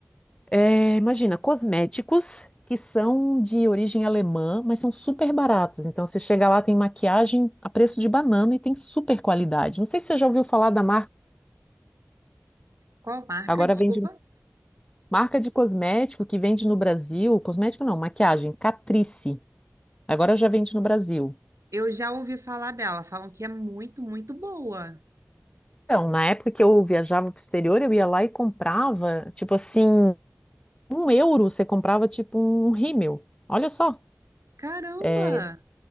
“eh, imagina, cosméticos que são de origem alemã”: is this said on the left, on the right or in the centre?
Left